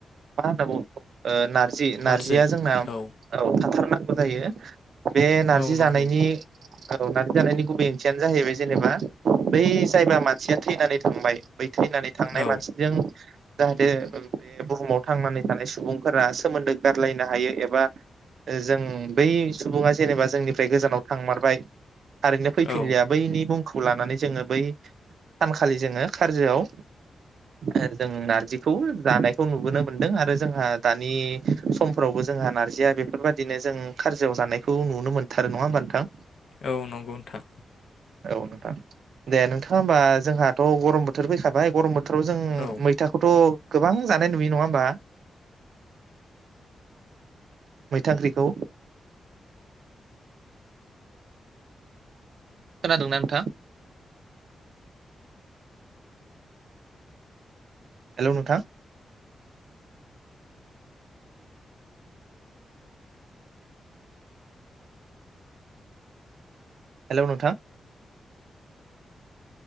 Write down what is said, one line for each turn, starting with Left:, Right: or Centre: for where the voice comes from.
Right: मा होनना बुङो बेखौ ओ नार जि
Left: नारजै
Right: नारजिया जोंना
Left: औ
Right: औ थाथारनां फोथायो। बे नारजि
Left: औ नंगौ
Right: जानायनि औ नारजि जानायनि गुबै ओंथियानो जाहैबाय जेनेबा बै जायबा मानसिया थैनानै थांबाय बै थैनानै थांनाय
Left: औ
Right: मानसिजों जाहाथे बे बुहुमाव थांनानै थानाय सुबुंफोरा सोमोन्दो गारलायनो हायो एबा जों बै सुबुङा जेनेबा जोंनिफ्राय गोजानाव थांमारबाय थारैनो फैफिनलिया
Left: औ
Right: बैनि मुं खौ लानानै जोङो बै सानखालि जोङो खारजोआव ओ जों नार्जिखौ जानायखौ नुबोनो मोनदों आरो जोंहा दानि समफ्रावबो जोंहा नारजिया बेफोरबायादिनो जों खारजोआव जानायखौ नुनो मोनथारो। नङा होमबा नोंथां?
Left: औ नंगौ नोंथां।
Right: औ नोंथां दे नोंथाङा होमबा जोंहाथ गरम बोथोर फैखाबाय गरम बोथोर बोथोराव जों
Left: औ
Right: मैथाखौथ गोबां जानाय नुयो नङा होमबा? मैथा ओंख्रिखौ। खोनादोंना नोंथां? हेलौ नोंथां हेलौ नोंथां